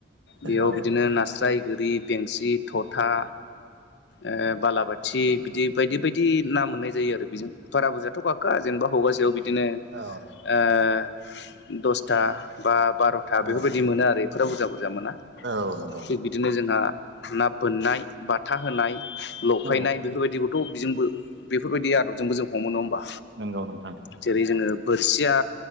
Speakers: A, on the left (about 65°); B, on the right (about 70°).
A: बेयाव
B: औ
A: बिदिनो नास्राय गोरि बेंसि थथा ओ बालाबाथि बिदि बायदि बायदि ना मोननाय जायो आरो बेजों बारा बुरजायाथ' गाखो जेनेबा हगासेयाव बिदि बिदिनो
B: औ
A: ओ दसथा बा बार'था
B: औ
A: बेफोरबायदि मोनो आरो फोर बुरजा बुरजा मोना
B: औ नंगौ
A: थिग बिदिनो जोंहा ना बोननाय बाथा होनाय लफायनाय
B: औ
A: बेफोरबायदिखौथ' बिजोंबो बेफोरबायदि आदबजोंबो जों हमो नङ होमबा।
B: नोंगौ नोंथां
A: जेरै जोङो बोरसिया